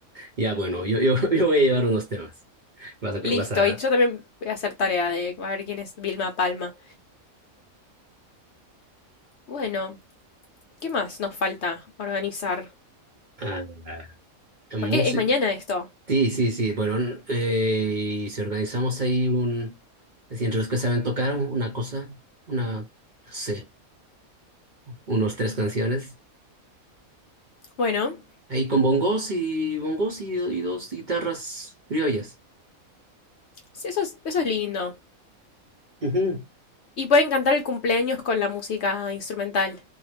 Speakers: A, on the right; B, on the left.
A: Ya bueno, yo, yo, <laughs> yo voy a llevar unos temas. Vas a, vas
B: Listo,
A: a,
B: y yo también voy a hacer tarea de a ver quién es Vilma Palma. Bueno, ¿qué más nos falta organizar?
A: a, a música.
B: Porque es mañana esto.
A: Sí, sí, sí. Bueno, n- eh, y si organizamos ahí un... es decir, Entre los que saben tocar una cosa, una, no sé, unos tres canciones.
B: Bueno,
A: Ahí con bongos y bongos y, y dos guitarras criollas.
B: sí, eso es, eso es lindo.
A: Ujú.
B: Y pueden cantar el cumpleaños con la música instrumental.